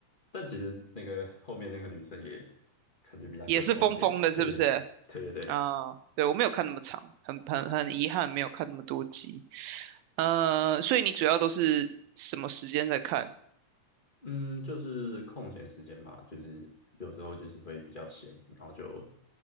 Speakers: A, on the left; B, on the right.
A: 但其实那个后面那个女生也感觉比他更疯一点。
B: 也是疯疯的，
A: <laughs> 对，
B: 是不是？
A: 对对对，
B: 啊，对，我没有看那么长，很很很遗憾没有看那么多集。呃，所以你主要都是什么时间在看？
A: 嗯，就是空闲时间吧，就是有时候就是会比较闲，然后就